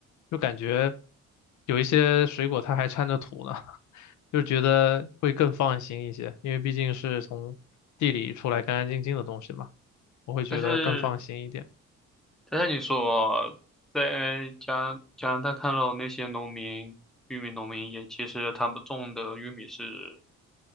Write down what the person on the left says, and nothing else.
就感觉有一些水果它还掺着土呢，<laughs> 就觉得会更放心一些，因为毕竟是从地里出来干干净净的东西嘛，我会觉得更放心一点。